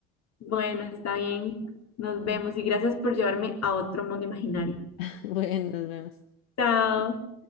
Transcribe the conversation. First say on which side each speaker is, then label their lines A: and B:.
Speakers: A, on the left (about 40°); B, on the left (about 65°).
A: Bueno, está bien, nos vemos y gracias por llevarme a otro mundo imaginario.
B: <laughs> Bueno, nos vemos.
A: Chao.